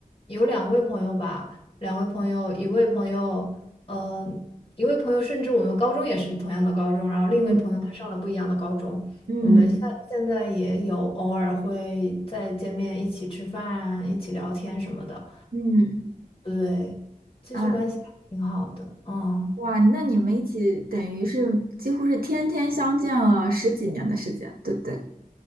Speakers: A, on the left; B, on the right.
A: 有两位朋友吧，两位朋友，一位朋友，呃，一位朋友甚至我们高中也是同样的高中，然后另一位朋友他上了不一样的高中，
B: 嗯嗯
A: 我们现现在也有偶尔会再见面，一起吃饭，一起聊天什么的，
B: 嗯
A: 对，其实关系还挺好的，
B: 啊，
A: 嗯，
B: 哇，那你们一起等于是几乎是天天相见了十几年的时间，对不对？